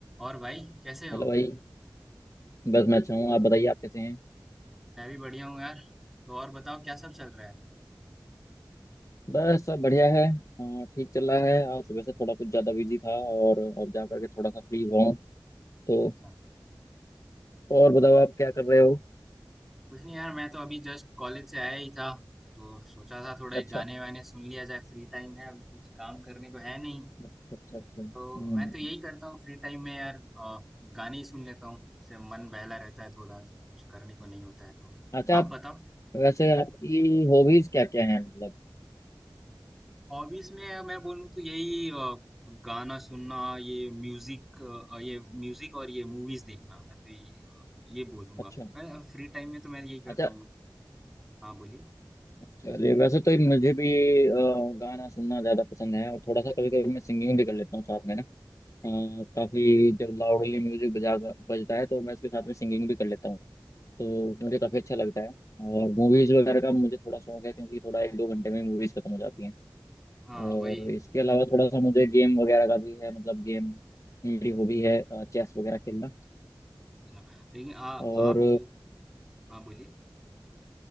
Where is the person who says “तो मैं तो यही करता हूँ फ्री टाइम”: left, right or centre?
Centre